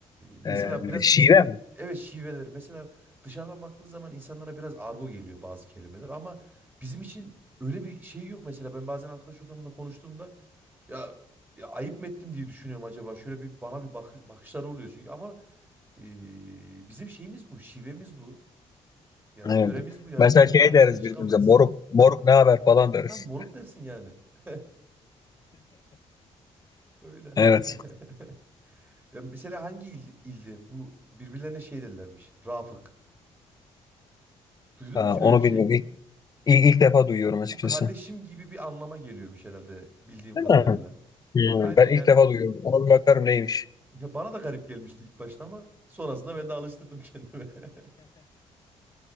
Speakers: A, on the right; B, on the left.
A: mesela
B: Ee,
A: biraz
B: şive
A: insan, dı-
B: mi?
A: evet şiveleri. Mesela dışarıdan baktığın zaman insanlara biraz argo geliyor bazı kelimeler ama bizim için öyle bir şey yok mesela. Ben bazen arkadaş ortamında konuştuğumda ya, ya ayıp mı ettim diye düşünüyorum acaba. Şöyle bir bana bir bakış, bakışları oluyor çünkü ama ee, bizim şeyimiz bu, şivemiz bu. Ya da
B: Evet.
A: töremiz bu yani.
B: Mesela
A: Bunun
B: şey
A: daha
B: deriz
A: üstüne çıkamayız.
B: birbirimize. Moruk, moruk ne haber falan deriz.
A: Ha moruk dersin yani. <laughs> Öyle.
B: Evet.
A: <laughs> Ya mesela hangi il, ildi? Bu birbirlerine şey derlermiş. Rafık. Duydun
B: Ha,
A: mu şöyle
B: onu
A: bir şey?
B: bilmiyorum. İlk, ilk,
A: Bu,
B: ilk defa duyuyorum açıkçası.
A: bu kardeşim gibi bir anlama geliyormuş herhalde bildiğim
B: Değil
A: kadarıyla.
B: mi? Hmm,
A: Aynen
B: Ben
A: yani.
B: ilk defa duyuyorum. Ona bir bakarım neymiş.
A: Ya bana da garip gelmişti ilk başta ama sonrasında ben de alıştırdım kendime. <laughs>